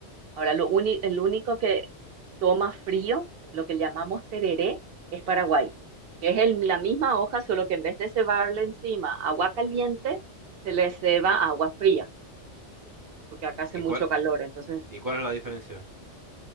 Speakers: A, on the right; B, on the right.
A: Ahora, lo uni- el único que toma frío, lo que llamamos tereré, es Paraguay, que es el- la misma hoja, solo que en vez de cebarle encima agua caliente, se le ceba agua fría, porque acá hace
B: ¿Y
A: mucho
B: cuál,
A: calor, entonces
B: y cuál es la diferencia?